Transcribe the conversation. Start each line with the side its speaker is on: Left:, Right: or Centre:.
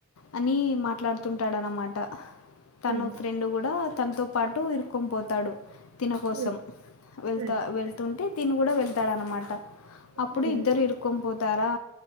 Left: అని మాట్లాడుతుంట ఉనమాట తను
Right: హ్మ్.
Left: ఫ్రెండ్ కూడా తనతో పాటు విరుకుని పోతాడు తిన కోసం
Right: హ్మ్.
Left: వెళ్తా
Right: హ్మ్.
Left: వెళ్తుంటే తీని కూడా వెళ్తాడన్నమాట అప్పుడు
Right: హ్మ్.
Left: ఇద్దరు ఇరుక్ పోతారా